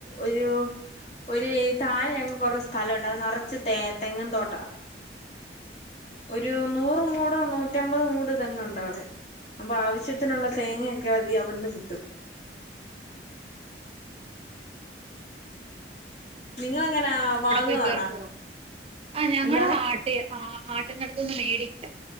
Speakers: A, on the left; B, on the right.
A: ഒരു ഒരു താഴെ ഞങ്ങക്ക് കുറെ സ്ഥലോണ്ട് അത് നെറച്ച് തെ തെങ്ങും തോട്ടാ ഒരു നൂറ് മൂടോ നൂറ്റമ്പത് മൂട് തെങ്ങ്ണ്ടവിടെ അപ്പൊ ആവശ്യ ശ്യത്തിനുള്ള തേങ്ങയൊക്കെ അതി അവിടുന്ന് കിട്ടും
B: ഉം
A: നിങ്ങളെങ്ങനാ
B: അവിടെ
A: വാങ്ങുവാണോ
B: പോയി പെർക്കോ ആഹ് ഞങ്ങള്
A: എന്താണ്
B: ആട്ടി ആട്ടുന്നെടുത്തുന്ന് മേടിക്കാ